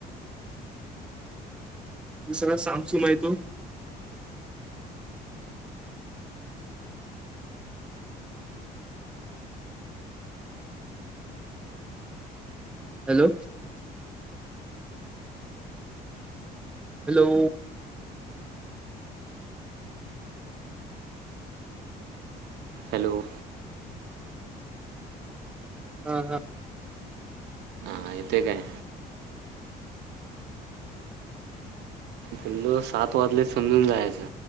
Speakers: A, in the centre; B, on the right.
A: तसरा सॅमसंग इथून हॅलो हॅलो
B: हॅलो.
A: ह हा.
B: ह येते काय. पुलो सात वाजले समजून जायचं.